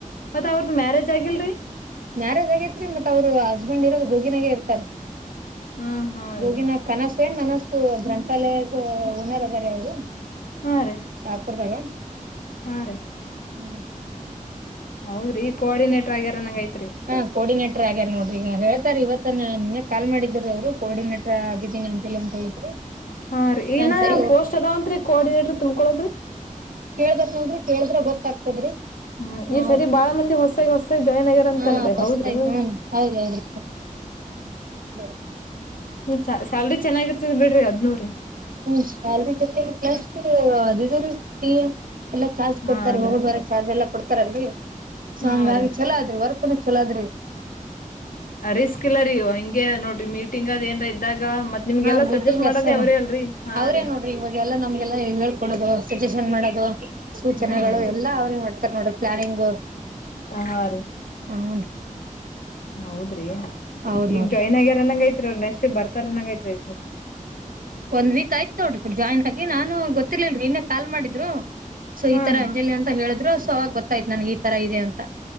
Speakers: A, on the left; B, on the right.
A: ಮತ್ತ ಅವ್ರದ ಮ್ಯಾರೇಜ್ ಆಗಿಲ್ರರಿ
B: ಮ್ಯಾರೇಜ್ ಆಗೇತ್ರಿ ಮತ್ ಅವರು ಹಸ್ಬೆಂಡ್ ಇರೋದು ಗೋಗಿನಾಗೆ ಇರ್ತಾರೆ
A: ಹ್ಮ್ ಹೂನ್ರಿ
B: ಗೂಗಿನ ಕನಸು ಏನ್ ನನಸ್ ಗ್ರಂಥಾಲಯದ ಹುನರ್ ಅವರು
A: ಹಾ ರೀ
B: ಶಾಪುರ್ದಾಗ
A: ಹಾ ರೀ
B: ಹ್ಮ್
A: ಹೌದ್ರ ಈ ಕೋರ್ಡೇಟರ್ ಆಗ್ಯಾರ ನಂಗ ಐತಿ
B: ಹಾ ಕೋರ್ಡಿನೇಟರ್ ಆಗ್ಯಾರ ನೋಡ್ರಿ ಈಗ ಹೇಳ್ತಾರ ಇವತ್ತನ ನಿನ್ ಕಾಲ್ ಮಾಡಿದ್ರ ಅವ್ರು ಕೋರ್ಡಿನೇಟರ್ ಆಗಿದ್ದೀನಿ ಅಂಜಲಿ ಅಂತ ಹೇಳಿದ್ರಿ
A: ಹಾ ರೀ ಈನ
B: ನಾನ್ ಸರಿ ಓಕೆ
A: ಪೋಸ್ಟ್ ಅದಾವಂತ್ರಿ ಕೋಆರ್ಡಿನೇಟ್ರ ತುಂಬ್ಕೊಳದ್ರಿ
B: ಕೇಳ ಬೇಕ್ ನೋಡ್ರಿ ಕೇಳದ್ರ ಗೊತ್ತಾಗ್ತದ್ರಿ
A: ಹ್ಮ್
B: ನಾವು
A: ಈ ಸರಿ
B: ಕೇಳಿವಿ
A: ಬಾಳ ಮಂದಿ ಹೊಸಾಗಿ ಹೊಸಾಗಿ ಜಾಯ್ನ್ ಆಗ್ಯಾರ ಅಂತಲ್ರಿ
B: ಹಾ ಹೊಸತಾಗಿ
A: ಹೌದ್ರಿ ಮೇಡಮ್ರಿ
B: ನನ್ ಹೌದೌದ್ರ <unintelligible>
A: ಚ ಸ್ಯಾಲ್ರಿ ಚೆನ್ನಾಗಿರ್ತದ ಬಿಡ್ರಿ ಹದ್ನೂರಿ
B: ಹ್ಮ್ ಶಾಲದೊತೆ ಪ್ಲಸ್ ಅದ ಇದು ರೀ ಎಲ್ಲಾ ಚಾರ್ಜ್ ಕೊಡ್ತಾರೆ
A: ಹಾ ರೀ
B: ಹೋಗ ಬರೋ ಚಾರ್ಜ್ ಎಲ್ಲಾ ಕೊಡ್ತಾರಲ್ರಿ ಸೊ
A: ಹಾ
B: ಹಂಗಾಗಿ
A: ರೀ
B: ಚಲೋ ಆದ್ರಿ ವರ್ಕ್ ಚಲಾದ್ರೀ
A: ಅ ರಿಸ್ಕ್ ಇಲ್ಲ ರೀವು ಹಂಗೆ ನೋಡ್ರಿ ಮೀಟಿಂಗ್ ಅದ ಏನ್ರ ಇದ್ದಾಗ ಮತ್ ನಿಮ್ಗೆಲ್ಲಾ
B: ಹಾ ಮೀಟಿಂಗ್
A: ಸಜೆಸ್ಟ್ ಮಾಡೋದೇ
B: ಎಷ್ಟೇ
A: ಅವ್ರೇ ಅಲ್ರರಿ ಹಾ
B: ಅವ್ರೇನ್
A: ರೀ
B: ನೋಡ್ರಿ ಇವಾಗ ಎಲ್ಲಾ ನಮ್ಗೆಲ್ಲ ಹೇಳ್ಕೊಡೋದು ಸಜಷನ್ ಮಾಡೋದು ಸೂಚನೆಗಳು
A: ಹ್ಮ್
B: ಎಲ್ಲಾ ಅವ್ರಿಗೆ ಮಾಡ್ತಾರೆ ನೋಡ್ರಿ ಪ್ಲಾನಿಂಗ್
A: ಹಾ ರೀ
B: ಹೌನ್
A: ಹೌದ್ರಿ
B: ಹೌದ್
A: ಈಗ
B: ನೋಡ್ರಿ
A: ಜಾಯ್ನ್ ಆಗ್ಯಾರ ಅನ್ನಂಗ ಐತ್ರಿ ಅವರು ನೆಕ್ಸ್ಟ್ ಬರ್ತಾರ ಅನ್ನಂಗ ಐತ್ರಿ
B: ಒಂದ ವೀಕ್ ಆಯ್ತೋಡ್ರ ಜಾಯನ್ ಹಾಗೆ ನಾನು ಗೊತ್ತಿರ್ಲಲ್ರರಿ ಇನ್ನೆ ಕಾಲ್ ಮಾಡಿದ್ರು ಸೊ ಈ
A: ಹಾ
B: ತರ
A: ರೀ
B: ಅಂಜಲಿ ಅಂತ ಹೇಳಿದ್ರು ಸೊ ಅವಾಗ ಗೊತ್ತ ಆಯ್ತತ್ ನನ್ಗೆ ಈ ತರ ಇದೆ ಅಂತ